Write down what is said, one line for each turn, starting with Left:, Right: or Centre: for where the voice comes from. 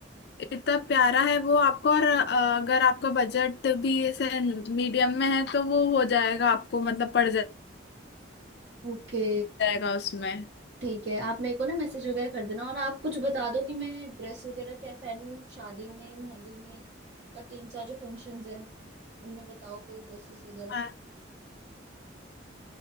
Left: इतना प्यारा है वो आपको और अ, अगर आपका बजट भी ऐसे मीडियम में है तो वो हो जाएगा आपको मतलब पड़
Right: ओके
Left: जाएगा उसमें
Right: ठीक है आप मेरे को ना मैसेज वगैरह कर देना और आप कुछ बता दो कि मैं ड्रेस वगैरह क्या पहनूं शादी में मेहंदी में और तीन चार जो फंक्शंस हैं उनमें बताओ कोई ड्रेसेस वगैरह
Left: आ,